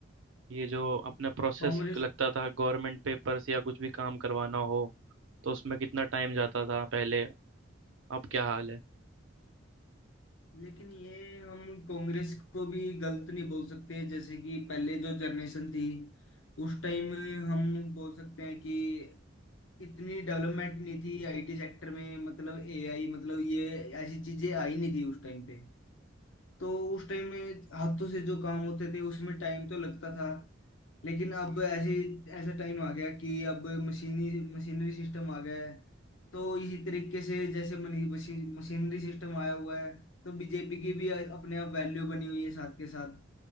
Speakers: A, on the right; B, on the left.
A: ये जो अपना प्रोसेस
B: कांग्रेस
A: लगता था गवर्नमेंट पेपर्स या कुछ भी काम करवाना हो तो उसमें कितना टाइम जाता था पहले अब क्या हाल है
B: लेकिन ये हम कांग्रेस को भी गलत नहीं बोल सकते जैसे कि पहले जो जनरेशन थी उस टाइम हम बोल सकते हैं कि इतनी डेवलपमेंट नहीं थी आईटी सेक्टर में मतलब एआई मतलब ये ऐसी चीजें आई नहीं थी उस टाइम पे तो उस टाइम में हाथों से जो काम होते थे उसमें टाइम तो लगता था लेकिन अब ऐसे ऐसा टाइम आ गया कि अब मशीनी मशीनरी सिस्टम आ गया है तो इसी तरीके से जैसे मनी- मशीन मशीनरी सिस्टम आया हुआ है तो बीजेपी की भी अपने आप वैल्यू बनी हुई है साथ के साथ